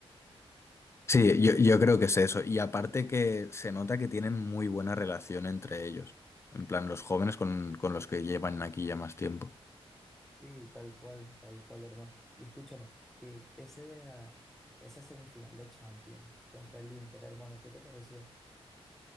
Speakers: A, on the left (about 25°); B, in the centre.
A: sí, yo, yo creo que es eso. Y aparte que se nota que tienen muy buena relación entre ellos. En plan, los jóvenes con, con los que llevan aquí ya más tiempo.
B: Sí, tal cual, tal cual, hermano. Y escúchame, que ese, ah, esa semifinal de Champions contra el Inter, hermano, ¿qué te pareció?